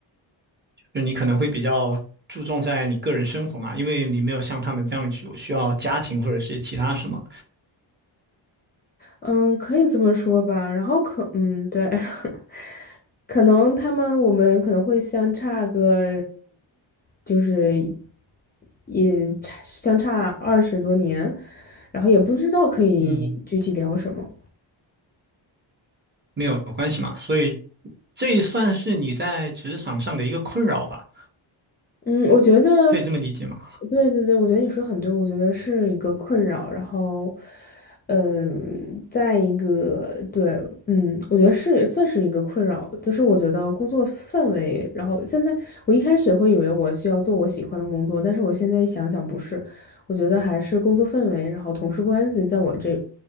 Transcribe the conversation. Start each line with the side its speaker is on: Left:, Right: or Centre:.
Right: 就你可能会比较注重在你个人生活嘛，因为你没有像他们这样有需要家庭或者是其他什么，
Left: 嗯，可以这么说吧。然后可，嗯，对，<laughs> 可能他们我们可能会相差个，就是也差相差二十多年，然后也不知道可以具体聊什么。
Right: 嗯没有关系嘛。所以这也算是你在职场上的一个困扰吧，
Left: 嗯，我觉得，
Right: 可以这么理解吗？
Left: 对对对，我觉得你说得很对，我觉得是一个困扰。然后，嗯，再一个，对，嗯，我觉得是算是一个困扰，就是我觉得工作氛围。然后现在我一开始会以为我需要做我喜欢的工作，但是我现在一想想不是，我觉得还是工作氛围，然后同事关系，在我这，